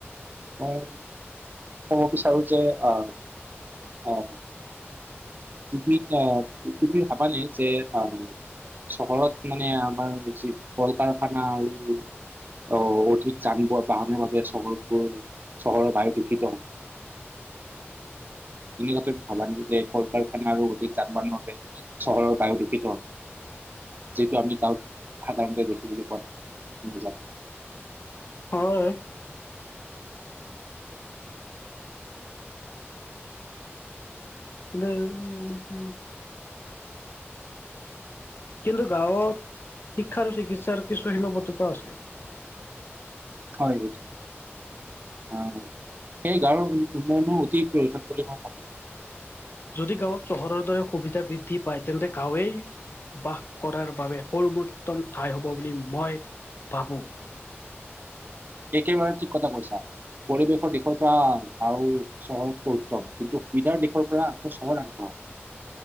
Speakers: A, on the right; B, on the left.
A: মই ক'ব বিচাৰো যে অ অ তুমি আ তুমি ভাবা নে যে আ চহৰত মানে আমাৰ যি কল কাৰখানা আৰু অ অধিক যান বাহানৰ বাবে চহৰবোৰ চহৰৰ বায়ু দূষিত তুমি হয়টো ভাবা নে যে কল কাৰখানা আৰু অধিক যান বাহনৰ বাবে চহৰৰ বায়ু দুষিত হয়। যিটো আমি গাঁৱত আমি সাধাৰণতে দেখিবলৈ পোৱা নাযায়।
B: হয় এ উম উম কিন্তু গাঁৱত শিক্ষা আৰু চিকিৎসাৰ কিছু সীমাবদ্ধতাও আছে।
A: হয় অ সেই গাঁৱৰ উন্নয়নো অতি প্ৰয়োজন বুলি মই ভাবো।
B: যদি গাঁৱত চহৰৰ দৰে সুবিধা বৃদ্ধি পায় তেন্তে গাঁৱেই বাস কৰাৰ বাবে সৰ্বোত্তম ঠাই হব বুলি মই ভাবো।
A: একে বাৰে ঠিক কথা কৈছা পৰিৱেশৰ দেখৰ পৰা আৰু চহৰতকৈ উত্তম কিন্তু সুবিধাৰ দিশৰ পৰা আকৌ চহৰ আগবঢ়া।